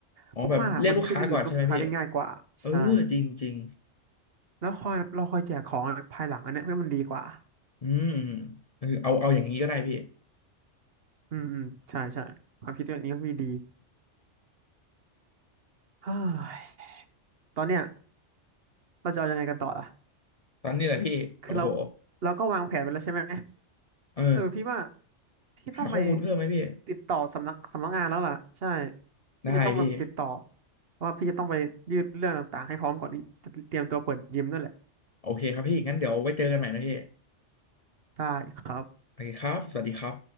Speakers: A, on the left; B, on the right.
A: อ๋อแบบเรียกลูกค้าก่อนใช่ไหมพี่
B: เพราะว่ามันจะช่วยดึงดูดลูกค้าได้ง่ายกว่าใช่
A: เออจริงจริง
B: แล้วคอยเราคอยแจกของภายหลังอันเนี้ยให้มันดีกว่า
A: อืมเออเอาเอาอย่างนี้ก็ได้พี่
B: อืมอืมใช่ใช่ความคิดเรงนี้ก็มีดีเฮ้ยตอนเนี้ยเราจะเอายังไงกันต่อล่ะ
A: ตอนนี้แหละพี่โอ้โห
B: คือเราเราก็วางแผนไปแล้วใช่ไหม
A: เออ
B: เออพี่ว่าพี่ต้องไป
A: หาข้อมูลเพิ่มไหมพี่
B: ติดต่อสำนักสำนักงานแล้วล่ะใช่
A: ได้พี่
B: พี่จะต้องไปติดต่อเพราะว่าพี่จะต้องไปยื่นเรื่องต่างๆให้พร้อมก่อนที่จะเตรียมตัวเปิดยิมด้วยแหละ
A: โอเคครับพี่งั้นเดี๋ยวไว้เจอกันใหม่นะพี่
B: ได้ครับ
A: โอเคครับ สวัสดีครับ